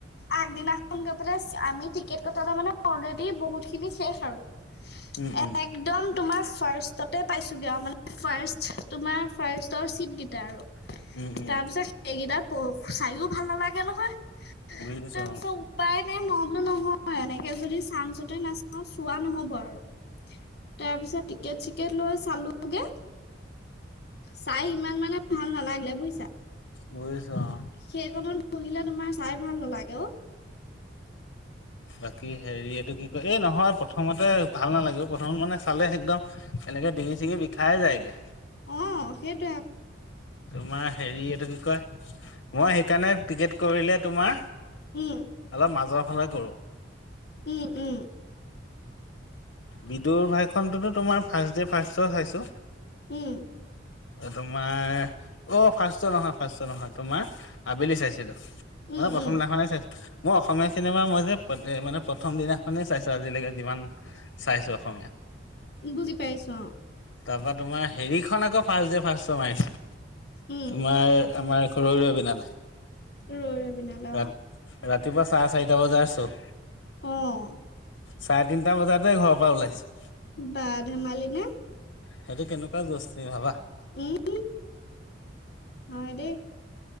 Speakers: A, on the left; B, on the left.
A: আগদিনাখন গৈ পেলাই চে- আমি টিকেট কটা মানে অলৰেদি বহুত খিনি শেষ আৰু। <unintelligible>
B: উম, উম,
A: এক দম তোমাৰ ফাৰ্ষ্টতে পাইছোগে আউ মানে ফাৰ্ষ্ট তোমাৰ ফাৰ্ষ্টৰ ছিটকেইটা আৰু। তাৰপিছত
B: উম, উম,
A: সেইকেইটাত প- চাইও ভাল নালাগে নহয়। তাৰপিছত
B: বুজি পাইছো অ',
A: উপায় নাই মই বোলো নহয় এনেকে যদি চানচতে নাচ চোৱা ন'হব আৰু। তাৰপিছত টিকেট চিকেট লৈ চালোগে চাই ইমান মানে ভাল নালাগিলে বুজিছা।
B: বুজিছোঁ অ।
A: সেইকণত বহিলে তোমাৰ চাই ভাল নালাগে অ।
B: বাকী হেৰি এইটো কি এ নহয় প্ৰথমতে ভাল নালাগে‌ অ প্ৰথমত মানে চালে একদম এনেকে ডিঙি -চিঙি বিষাই যায়গে।
A: অ সেইটোয়ে আ
B: তোমাৰ হেৰি এইটো কি কয় মই সেইকাৰণে টিকেট কৰিলে তোমাৰ
A: উম
B: অলপ মাজৰ ফালে কৰো।
A: উম, উম।
B: বিদুৰভাইখনততো তোমাৰ ফাৰ্ষ্টদে ফাৰ্ষ শ্ব চাইছো।
A: উম।
B: তোমাৰ অ' ফাৰ্ষ্ট শ্ব নহয় ফাৰ্ষ্ট শ্ব নহয় তোমাৰ আবেলি চাইছিলো।
A: উম
B: মানে প্ৰথম
A: উম
B: দিনা খনে চাই মই অসমীয়া চিনেমা মই যে <unintelligible> মানে প্ৰথম দিনাখনেই চাইছো আজিলেকে যিমান চাইছো অসমীয়া।
A: বুজি পাইছ অ'
B: তাৰ পৰা তোমাৰ হেৰিখন ফাষ্ট ডে ফাৰ্ষ্ট শ্ব' মায়ে।
A: উম
B: তোমাৰ আমাৰ ঘৰ ৰৈ বিনালে
A: ৰৈ ৰৈ বিনালে
B: ৰাত ৰাতিপুৱা চাৰে চাৰিটা বজাৰ শ্ব'
A: অ'
B: চাৰে তিনটা বজাতে ঘৰৰ পৰা ওলাইছো।
A: বা ধেমালিনে?
B: সেইটো কেনেকুৱা জ'ছ তুমি ভাবা।
A: উম। নহয় দেই।